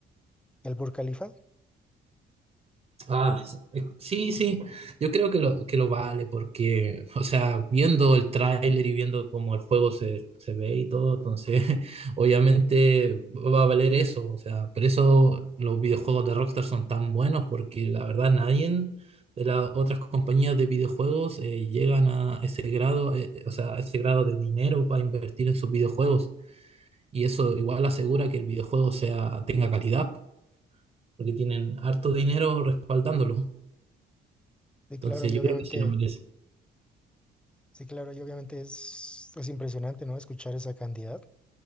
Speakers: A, in the centre; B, on the right (about 30°).
A: el Burj Khalifa.
B: Ah, eh, sí, sí, yo creo que lo, que lo vale porque, o sea, viendo el tráiler y viendo cómo el juego se, se ve y todo, entonces <laughs> obviamente va a valer eso, o sea, por eso los videojuegos de Rockstar son tan buenos porque la verdad nadie de las otras compañías de videojuegos eh, llegan a ese grado, eh, o sea, a ese grado de dinero para invertir en sus videojuegos y eso igual asegura que el videojuego sea, tenga calidad porque tienen harto dinero respaldándolo.
A: sí
B: Entonces
A: claro, y
B: yo
A: obviamente
B: creo que sí lo merece.
A: Sí, claro, y obviamente es, es impresionante, ¿no? Escuchar esa cantidad,